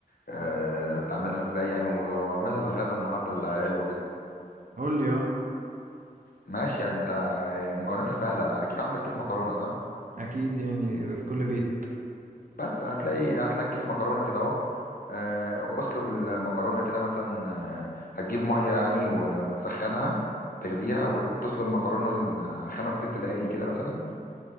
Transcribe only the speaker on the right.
قول لي اه
اكيد يعني في كل بيت